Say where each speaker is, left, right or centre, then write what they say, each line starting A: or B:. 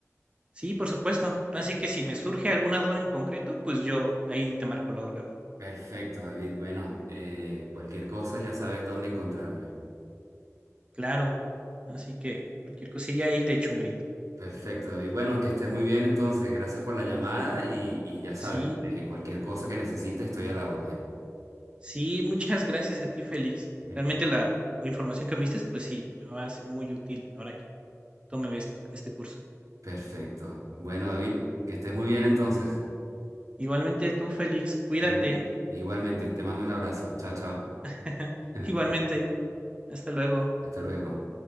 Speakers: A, on the right; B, on the right.
A: Sí, por supuesto. Así que si me surge alguna duda en concreto, pues yo ahí te marco luego, luego.
B: Perfecto, David. Bueno, eh, cualquier cosa ya sabes dónde encontrarme.
A: Claro. Así que cualquier cosilla ahí te echo un grito.
B: Perfecto, David. Bueno, que estés muy bien entonces. Gracias por la llamada y, y ya sabes,
A: Sí,
B: eh, cualquier cosa que necesites estoy a la orden.
A: sí, muchas gracias a ti, Félix.
B: <laughs>
A: Realmente la, información que me diste, pues sí, me va a ser muy útil ahora que tome esto- este curso.
B: Perfecto. Bueno, David, que estés muy bien entonces.
A: Igualmente tú, Félix, cuídate.
B: Te man- Igualmente, te mando un abrazo. Chao, chao.
A: <laughs>
B: <laughs>
A: Igualmente, hasta luego.
B: Hasta luego.